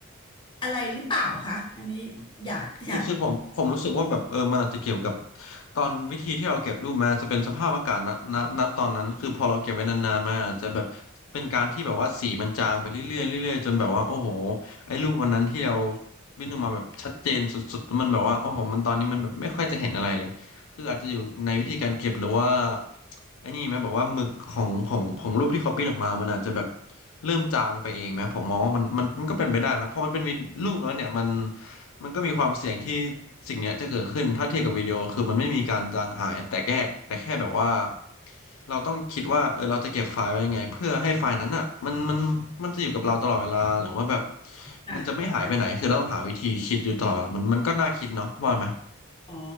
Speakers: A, on the left; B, on the left.
A: อะไรหรือเปล่าคะอันนี้อยากอยาก
B: คือคือผมผมรู้สึกว่าแบบเออมันอาจจะเกี่ยวกับตอนวิธีที่เราเก็บรูปมาอาจจะเป็นสภาพอากาศณณณตอนนั้นคือพอเราเก็บไว้นานๆมาอาจจะแบบเป็นการที่แบบว่าสีมันจางไปเรื่อยๆเรื่อยๆจนแบบว่าโอ้โหไอ้รูปวันนั้นที่เราวิ่งออกมาแบบชัดเจนสุดๆมันแบบว่าโอ้โหมันตอนนี้มันแบบไม่ค่อยจะเห็นอะไรเลย คืออาจจะอยู่ในวิธีการเก็บหรือว่าไอ้นี่ไหมบอกว่าหมึกของของของรูปที่เขาปิ้นออกมามันอาจจะแบบเริ่มจางไปเองไหมผมมองว่ามันมันมันก็เป็นไปได้นะเพราะมันเป็นวิรูปแล้วเนี่ยมันมันก็มีความเสี่ยงที่สิ่งเนี้ยจะเกิดขึ้นถ้าเทียบกับวิดีโอคือมันไม่มีการจางหายแต่แค่แต่แค่แบบว่าเราต้องคิดว่าเออเราจะเก็บไฟล์ไว้ยังไงเพื่อให้ไฟล์นั้นอ่ะมันมันมันจะอยู่กับเราตลอดเวลาหรือว่าแบบ
A: อ่ะเข้าใจ
B: มันจะไม่หายไปไหนคือเราต้องหาวิธีคิดอยู่ตลอดเวลามันมันก็น่าคิดเนาะว่าไหม
A: อ๋อ